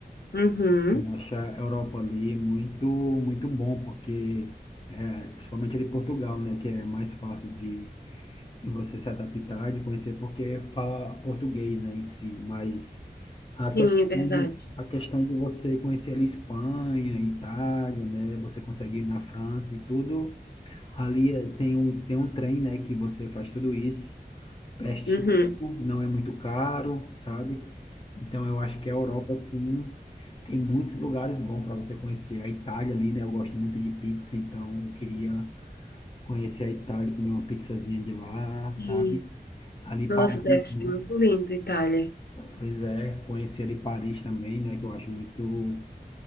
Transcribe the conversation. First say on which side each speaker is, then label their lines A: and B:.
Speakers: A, on the left; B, on the left.
A: Uhum.
B: Eu acho a Europa ali muito, muito bom, porque, é, principalmente ali em Portugal, né, que é mais fácil de e você se adaptar, de conhecer, porque fala português, né, em si, mas a
A: Sim,
B: questão
A: é verdade.
B: de, a questão de você conhecer ali Espanha, Itália, né, você consegue ir na França e tudo, ali é- tem o, tem um trem, né, que você faz tudo isso, pertinho,
A: Uhum.
B: não é muito caro, sabe? Então eu acho que a Europa, assim, tem muitos lugares bons para você conhecer. A Itália ali, né, eu gosto muito de pizza, então eu queria conhecer a Itália, comer uma pizzazinha de lá, sabe?
A: Sim.
B: Ali
A: Nossa,
B: Paris,
A: deve ser
B: né?
A: muito lindo, Itália.
B: Pois é, conhecer ali Paris também, né? Que eu acho muito,